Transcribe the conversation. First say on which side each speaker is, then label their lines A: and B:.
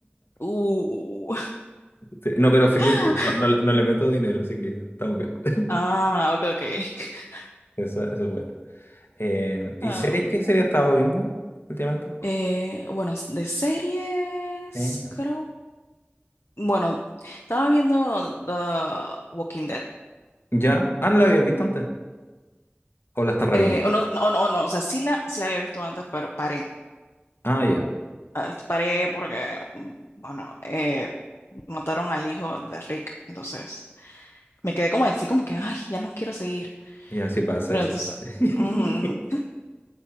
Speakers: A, on the left (about 80°); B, on the left (about 65°).
A: Uh.
B: Sí, No, pero free
A: <laughs>
B: to play. No, no, le no le meto dinero, así que estamos bien. <laughs>
A: Ah, ok, ok. <laughs>
B: Eso, eso es bueno. Eh, ¿y
A: Um,
B: series? ¿Qué serie has estado viendo últimamente?
A: eh, bueno, de series,
B: Sí.
A: creo, bueno, estaba viendo The Walking Dead.
B: ¿Ya? Ah, ¿no la habías visto antes? ¿O la estás
A: Eh,
B: reviendo?
A: o no, no, no, no, o sea, sí la sí había visto antes, pero paré.
B: Ah, ya.
A: Ah, Paré porque, mm, bueno, eh, mataron al hijo de Rick. Entonces, me quedé como así, como que, ay, ya no quiero seguir.
B: Ya, sí pasa
A: Pero
B: eso.
A: entonces,
B: <laughs>
A: ujú,